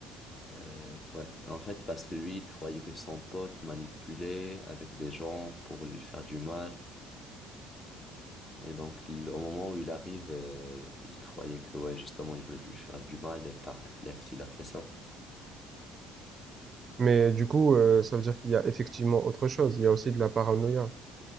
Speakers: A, on the left; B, on the right.
A: euh, ouais. En fait, parce que lui, il croyait que son pote manipulait avec des gens pour lui faire du mal. Et donc, l- au moment où il arrive, euh, il croyait que, ouais, justement, il voulait lui faire du mal et par réflexe, il a fait ça.
B: Mais du coup, euh, ça veut dire qu'il y a effectivement autre chose. Il y a aussi de la paranoïa.